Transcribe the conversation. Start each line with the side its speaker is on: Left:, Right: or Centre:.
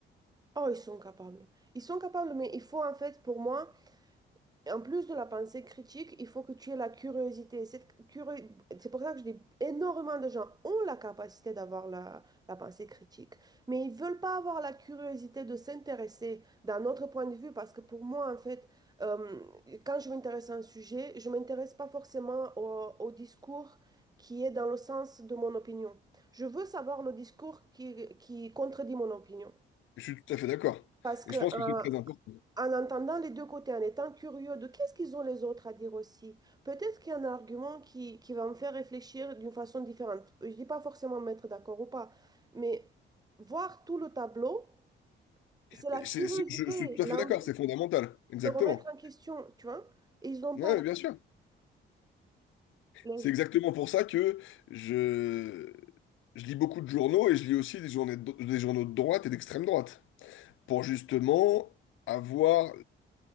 Right: oh, ils sont capables. Ils sont capables, mais il faut en fait, pour moi, En plus de la pensée critique, il faut que tu aies la curiosité. Cette curio- C'est pour ça que je dis énormément de gens ont la capacité d'avoir la, la pensée critique, mais ils veulent pas avoir la curiosité de s'intéresser d'un autre point de vue parce que pour moi, en fait, euh, quand je m'intéresse à un sujet, je m'intéresse pas forcément au, au discours qui est dans le sens de mon opinion. Je veux savoir le discours qui, qui contredit mon opinion.
Left: Je suis tout à fait d'accord.
Right: Parce que
Left: Et je pense
Right: euh,
Left: que c'est C'est très important.
Right: en entendant les deux côtés, en étant curieux de qu'est-ce qu'ils ont les autres à dire aussi, peut-être qu'il y a un argument qui, qui va me faire réfléchir d'une façon différente. Je ne dis pas forcément me mettre d'accord ou pas, mais voir tout le tableau, c'est la
Left: Mais
Right: curiosité,
Left: c'est- c'est- Je je suis tout à
Right: l'envie
Left: fait d'accord. c'est
Right: de
Left: fondamental. Exactement.
Right: se remettre en question, tu vois? Et ils n'ont
Left: Oui,
Right: pas
Left: Bien sûr.
Right: la...
Left: C'est
Right: la-
Left: exactement pour ça que je, je lis beaucoup de journaux et je lis aussi des journées de- des journaux de droite et d'extrême droite. Pour justement avoir,